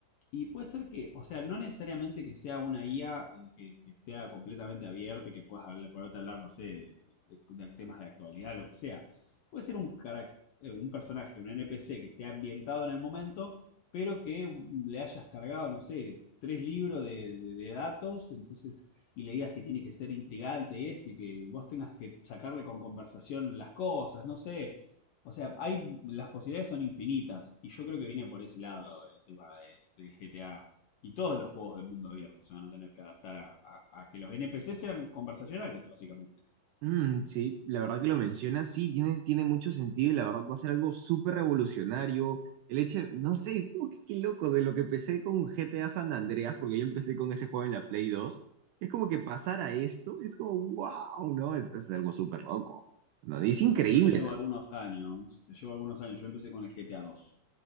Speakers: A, on the left; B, on the right.
A: Y puede ser que, o sea, no necesariamente que sea una IA eh, que, que esté completamente abierta y que puedas hablar, poderte hablar, no sé, de, de- de temas de actualidad, lo que sea. Puede ser un, carac- eh, un personaje, un NPC que esté ambientado en el momento, pero que mm, le hayas cargado, no sé, tres libros de, de- de datos, entonces, y le digas que tiene que ser intrigante y esto, y que vos tengas que sacarle con conversación las cosas, no sé. O sea, hay, las posibilidades son infinitas y yo creo que viene por ese lado el tema de- del GTA y todos los juegos del mundo abierto se van a tener que adaptar a, a- a que los NPC sean conversacionales, básicamente.
B: Mm, sí, la verdad que lo mencionas, sí, tiene, tiene mucho sentido y la verdad va a ser algo súper revolucionario. El hecho, no sé, como que qué loco, de lo que empecé con GTA San Andreas, porque yo empecé con ese juego en la Play 2, es como que pasar a esto, es como, wow, ¿no? Es, es algo súper loco, ¿no? Y es increíble
A: Y yo te llevo algunos años, te llevo algunos años, yo empecé con el GTA 2,